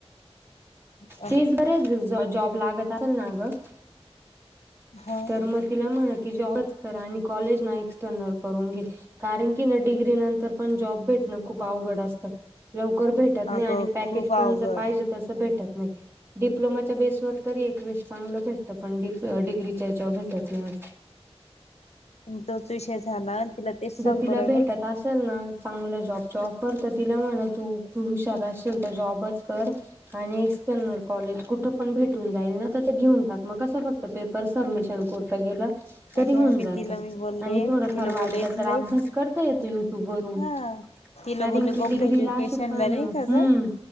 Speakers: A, on the left (about 75°); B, on the right (about 20°).
A: अ,
B: तेच बरंय जॉ जॉब लागत असेल ना गं?
A: हा
B: तर मंग तिला म्हणं कि, जॉबच कर आणि कॉलेज ना एक्सटर्नल करून घे. कारण की ना डिग्री नंतर पण जॉब भेटण खूप अवघड असतं लवकर भेट भेटत नाही
A: अगं
B: आणि पॅकेज
A: खूप अवघड
B: पण जस पाहिजे तसं भेटत नाही. डिप्लोमाच्या बेसवर तरी एकवेळेस चांगलं भेटतं पण डिप्- डिग्रीच्या भेटत नाही.
A: हुं तोच विषय झाला तिला तेच सांगू
B: जर तिला
A: राहिलो
B: भेटत असेल ना चांगलं जॉब जॉब करत तिला म्हण तू हुशार असेील तर जॉबच कर आणि कॉलेज कुठे पण भेट कुठून जाईल ना तर घेऊन टाक मग कसं फक्त पेपर सबमिशन पुरतं गेलं. तरी
A: अगं
B: होऊन
A: मी
B: जात
A: तिला मी बोलले
B: आणि थोडंफार
A: तिला
B: वाटलं
A: बोलले इथले
B: तर अभ्यास करता येतो युट्यूब वरून
A: हा तिला
B: कारणकि
A: बोलले गोखले
B: डिग्रीला
A: एज्युकेशन
B: अशी पण
A: ला नाही का
B: हुं
A: ग